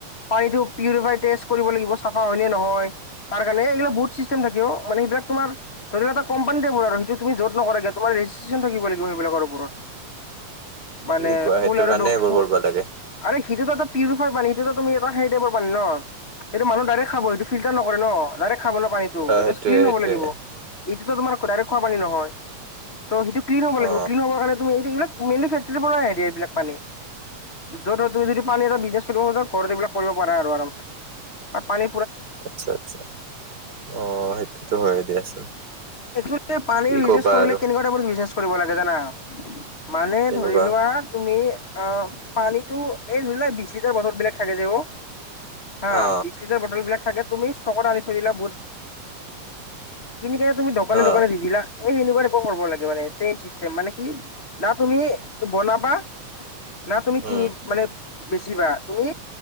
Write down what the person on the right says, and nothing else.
কি কোৱা
সেইটোৰ
কাৰণে
এইবোৰ কৰিব লাগে
অ
সেইটোয়ে
সেইটোয়ে
অ
আচ্ছা, আচ্ছা, অ', সেইটোতো হয়ে দিয়াচোন।
কি
কবা
আৰু
তেনেকুৱা
অ
অ
উম